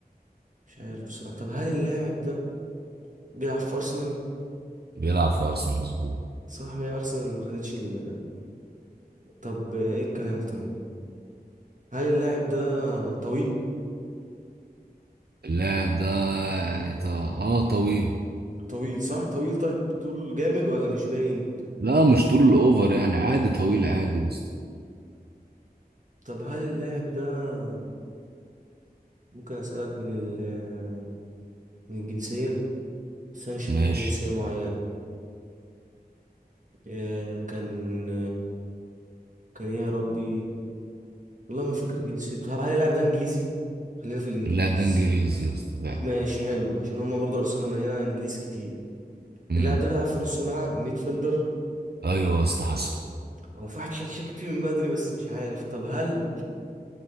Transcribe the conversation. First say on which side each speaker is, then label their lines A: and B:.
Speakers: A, on the right; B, on the right.
A: مش عارف بصراحة طب هل اللاعب ده بيلعب في أرسنال؟
B: بيلعب في ارسنال مظبوط
A: صح ما هي أرسنال ما خدتش ال... طب إيه الكلام طيب؟ هل اللاعب ده طويل؟
B: اللاعب ده يعني ط... اه طويل
A: طويل صح؟ طويل طيب طول جامد ولا مش باين؟
B: لا مش طول الاوفر يعني عادي طويل
A: مم.
B: عادي يا اسطى
A: طب هل اللاعب ده ممكن أسألك من ال... من الجنسية؟ بس أنا مش في
B: ماشي
A: دماغي جنسية معينة إيه كان كان إيه يا ربي؟ والله ما فاكر جنسيته طب هل اللاعب ده إنجليزي؟ خلينا في الإنجليز
B: اللاعب ده انجليزي يا اسطى فعلا
A: ماشي حلو عشان هما برضه أرسنال مليانة إنجليز كتير
B: امم
A: اللاعب ده بيلعب في نص الملعب ميد فيلدر
B: ايوه يا اسطى حصل
A: هو في واحد شك- شاكك فيه من بدري بس مش عارف طب هل